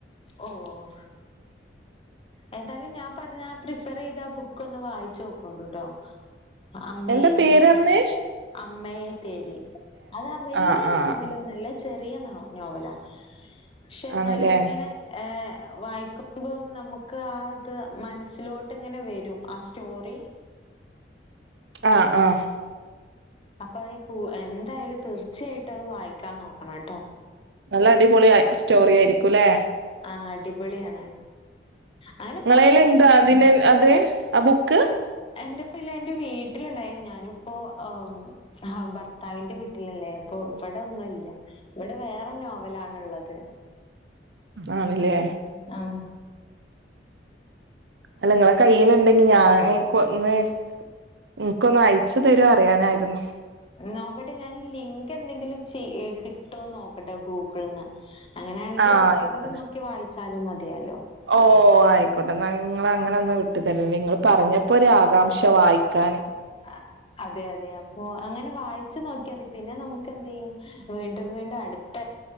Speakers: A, on the left; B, on the right.
A: ഓഹ് ഏതായാലും ഞാൻ പറഞ്ഞ ആ പ്രിഫറീതാ ബുക്കൊന്ന് വായിച്ചോക്കോണ്ടുട്ടോ അമ്മയെ
B: എന്താ പേരറിഞ്ഞേ
A: തേടി അമ്മയെ തേടി അത് വല്ല്യ
B: ആഹ് ആഹ്
A: നോവലൊന്നല്ല ചെറിയ ന നോവലാ പക്ഷെ എന്നാലും
B: ആണല്ലേ
A: ഇങ്ങനെ ഹേ വായിക്കുമ്പം നമുക്ക് ആ ഇത് മനസ്സിലോട്ട് ഇങ്ങനെ വരും ആ സ്റ്റോറി
B: <inaudible> ആ ആഹ്
A: അപ്പൊ അ എന്തായാലും തീർച്ചയായിട്ടും അത് വായിക്കാൻ നോക്കണട്ടോ.
B: നല്ല അടിപൊളി സ്റ്റോറി ആയിരിക്കുംല്ലെ?
A: ആഹ് അടിപൊളിയാണ്. അങ്ങനെ
B: ഇങ്ങളേല്
A: പല
B: ഇണ്ട അതി അത് ആ ബുക്ക്
A: എന്റെയില എന്റെ വീട്ടിലുണ്ടായിരുന്നു ഞാനിപ്പോ ആഹ് ആഹ് ഭർത്താവിന്റെ വീട്ടിലല്ലേ അപ്പൊ ഇവിടെ ഒന്നുംല്ല ഇവിടെ വേറെ നോവലാണുള്ളത്
B: ആണ്ല്ലേ?
A: ആഹ്
B: അല്ല നിങ്ങളെ കയ്ൽണ്ടെങ്കി ഞാൻ കൊന്ന് നിക്ക് ഒന്ന് അയച്ചു തരോ അറിയാനായിരുന്നു
A: നോക്കട്ടെ ഞാൻ ലിങ്ക് എന്തെങ്കിലും ചെയ കിട്ടോന്ന് നോക്കട്ടെ ഗൂഗിളിൽ ന്ന്. അങ്ങനെയാണെങ്കി
B: ആഹ്
A: ഫോണില് നോക്കി വായിച്ചാലും മതിയാലോ.
B: ഓ ആയിക്കോട്ടെ ഇന്നങ്ങള് അങ്ങനെന്നാ വിട്ടു തര നിങ്ങള് പറഞ്ഞ പ്പ ഒരു ആകാംക്ഷ വായിക്കാന്.
A: ആ, അതെ അതെ അപ്പൊ അങ്ങനെ വായിച്ചു നോക്കിയാൽ മതി പിന്നെ നമുക്ക് എന്ത് ചെയ്യും വീണ്ടും വീണ്ടും അടുത്ത